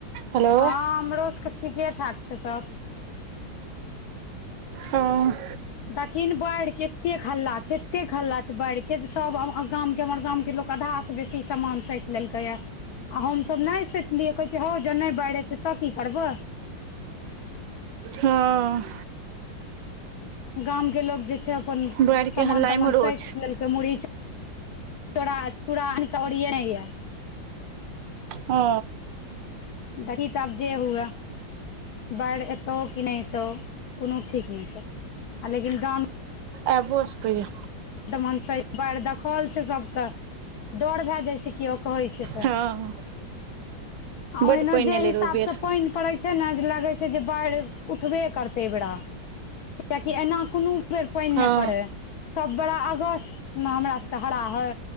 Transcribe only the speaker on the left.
हँ, हमरो सबके ठीके-ठाक छै सब।
दखिन बाइढ़ के एतेक हल्ला छै, एतेक हल्ला छै बाइढ़ के, जे सब अब गाम के हमर गाम के लोक। अधा सँ बेसी समान सैंत लेलकैय। आ हमसभ नहि सैंतलियै, कहै छियै हौ ज नहि बाइढ़ तऽ की करबऽ।
गाम के लोग जे छै अपन
समान-तमान
सैत
लेल। कय मुरही, चू चोड़ा, चूड़ा आनिकऽ ओरिएने ये।
देखी तऽ आब जे हुए। बाइढ़ एतौ कि नै एतौ कुनो ठीक नै छैय लेकिन गाम
तऽ मन पइ बाइढ़ देखल छैय सबके डर भए जाइ छैय किओ कहै छैय ते
ओहिना
जे
हिसाब
पैन पड़े छैय ने जे लागे छैय जे बाढ़ि उठबे करते ये बेड़ा कियकि एना कोनो एक बेर पाइन नहि
पड़े सब बड़ा अगस्त मे हमरा सबके हरा है